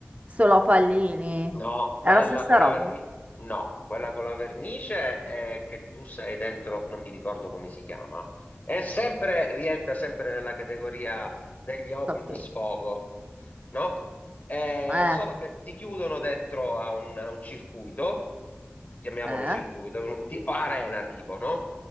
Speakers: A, on the right; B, on the left.
A: solo a pallini.
B: No, quella
A: È la stessa
B: con
A: roba,
B: la vernice, no, quella con la vernice è che tu sei dentro, non mi ricordo come si chiama, è sempre, rientra sempre nella categoria degli hobby
A: soft
B: per
A: tape.
B: sfogo, no? Eh,
A: Eh,
B: solo che ti chiudono dentro a un, a un circuito, chiamiamolo
A: eh,
B: circuito, un- ti- arena tipo, no?